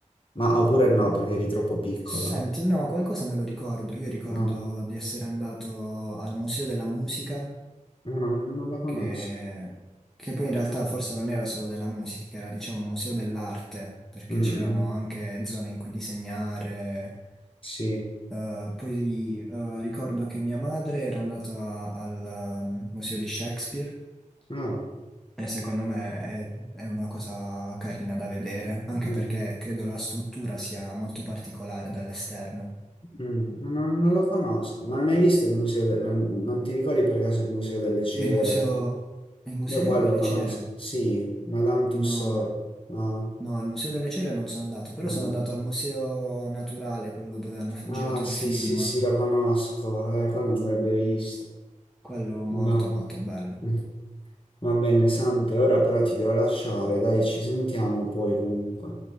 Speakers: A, on the left (about 40°); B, in the centre.
A: Ma oppure no, perché eri troppo piccolo.
B: Senti, no, qualcosa me lo ricordo. Io ricordo
A: No,
B: di essere andato al Museo della Musica,
A: no, non, non la conosco.
B: che, che poi in realtà forse non era solo della musica, era diciamo un museo dell'arte, perché
A: Mm, mm.
B: c'erano anche zone in cui disegnare.
A: Sì.
B: Eh, poi eh, ricordo che mia madre era andata al ehm, Museo di Shakespeare
A: No,
B: e secondo me è, è una cosa carina da vedere, anche
A: mm,
B: perché credo la struttura sia molto particolare dall'esterno.
A: mm, mm, non, non lo conosco, ma non hai visto il museo del... Non, non ti ricordi per caso il museo delle cere?
B: Il museo, il museo
A: Io qua lo
B: delle
A: conosco,
B: cere?
A: sì, Madame Tussauds,
B: No,
A: no?
B: no, al museo delle cere non sono andato, però
A: Mm.
B: sono andato al museo naturale, quello dove hanno fa-
A: Ah,
B: girato
A: sì,
B: il film.
A: sì, sì, lo conosco, eh, quello andrebbe visto,
B: Quello molto
A: no.
B: molto bello.
A: Mm. Va bene, Sante, ora però ti devo lasciare, dai, ci sentiamo poi comunque.